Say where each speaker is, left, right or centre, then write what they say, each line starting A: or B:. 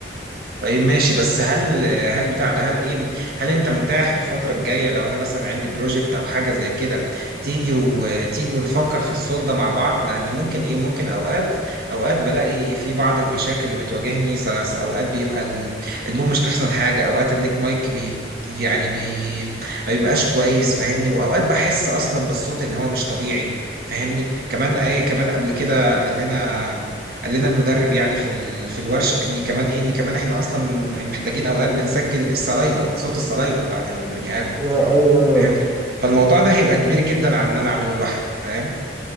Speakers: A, on the right; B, on the right.
A: طيب ماشي بس هل هل بتاع ده هل ايه هل انت متاح الفترة الجاية لو انا مثلا عندي بروجكت او حاجة زي كده تيجي وتيجي ونفكر في الصوت ده مع بعض لان ممكن ايه ممكن اوقات اوقات بلاقي في بعض المشاكل اللي بتواجهني سلس اوقات بيبقى ال- البوم مش احسن حاجة اوقات النيك مايك بي يعني بي ما بيبقاش كويس فاهمني واوقات بحس اصلا بالصوت ان هو مش طبيعي فاهمني كمان اي كمان قبل كده قال لنا قال لنا المدرب يعني في ال... في الورشه ان كمان ايه ان كمان احنا اصلا محتاجين اوقات بنسجل السلايفا صوت السلايفا بتاعت البني ادم
B: يا ايوه ايوه
A: فاهمني فالموضوع ده هيبقى كبير جدا عن ان انا اعمله لوحدي فاهم